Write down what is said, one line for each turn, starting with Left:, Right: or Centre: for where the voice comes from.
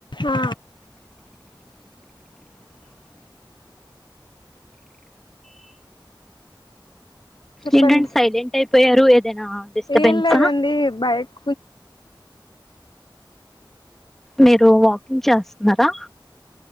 Left: ఆ చెప్పండి
Centre: ఏంటండి సైలెంట్ అయిపోయారు ఏదైనా డిస్టర్బెన్సా
Left: ఏం లేదండి బైక్
Centre: మీరు వాకింగ్ చేస్తున్నారా